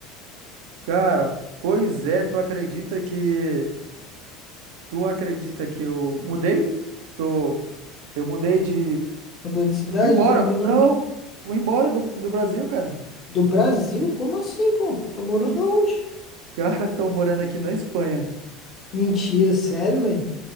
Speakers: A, on the right (about 65°); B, on the left (about 40°).
A: Cara, pois é, tu acredita que, tu acredita que eu mudei? Tô, eu mudei de,
B: Mudou de cidade?
A: eu fui embora,
B: Tá morando
A: não,
B: onde?
A: fui embora do, do Brasil, cara.
B: Do Brasil? Como assim, pô? Tá morando onde?
A: Cara, tô morando aqui na Espanha.
B: Mentira, sério, velho?